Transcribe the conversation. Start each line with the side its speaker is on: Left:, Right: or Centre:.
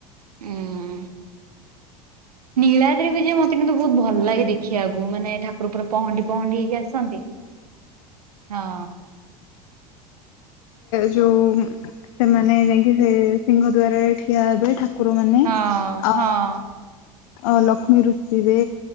Right: ହୁଁ। ନୀଳାଦ୍ରିବି ଯେ ମତେ କିନ୍ତୁ ବହୁତ ଭଲ ଲାଗେ ଦେଖିବାକୁ ମାନେ ଠାକୁର ପୁରା ପହଁଣ୍ଡି ପହଁଣ୍ଡି ହେଇକି ଆସନ୍ତି ହଁ।
Left: ଯୋଉ ସେମାନେ ଯାଇକି ସେ ସିଂହ ଦବାରରେ ଠିଆ ହେବେ ଠାକୁର କୁକୁର ମାନେ
Right: ହଁ
Left: ଆଉ
Right: ହଁ
Left: ଅ ଲକ୍ଷ୍ମୀ ରୁଷିବେ